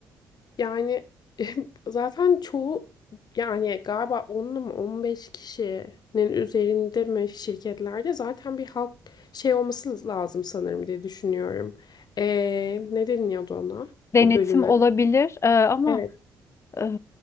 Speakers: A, on the left; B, on the left.
A: Yani <laughs> zaten çoğu yani galiba 10'lu 15 kişinin üzerinde mi şirketlerde zaten bir halk şey olması lazım sanırım diye düşünüyorum. Ee, ne deniliyordu ona?
B: Denetim
A: O bölüme.
B: olabilir e, ama
A: Evet.
B: Eee,